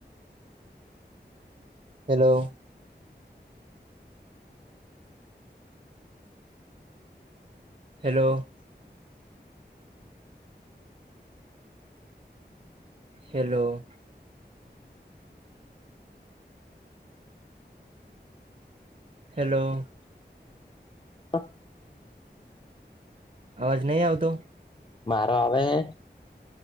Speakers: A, on the right; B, on the left.
A: Hello. Hello. Hello. Hello.
B: હ.
A: અવાજ નહી આવતો.
B: મારો આવે છે.